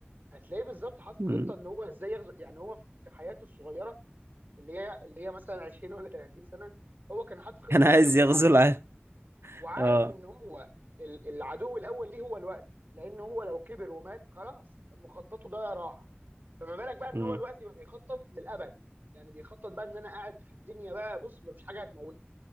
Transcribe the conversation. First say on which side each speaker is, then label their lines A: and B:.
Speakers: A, on the right; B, on the right.
A: هتلاقيه بالظبط حاطط
B: مم.
A: خطه ان هو ازاي يغزو يعني هو في في حياته الصغيره اللي هي اللي هي مثلا 20 ولا 30 سنه هو كان حاطط
B: <laughs>
A: خطه
B: كان عايز
A: انه يغزو
B: يغزو
A: العالم
B: العالم
A: وعارف
B: اه
A: ان هو ال- العدو الاول ليه هو الوقت لان هو لو كبر ومات خلاص مخططه ده راح فما بالك بقى ان
B: مم.
A: هو دلوقتي بقى بيخطط للابد يعني بيخطط بقى ان انا قاعد في الدنيا بقى بص مفيش حاجه هتموتني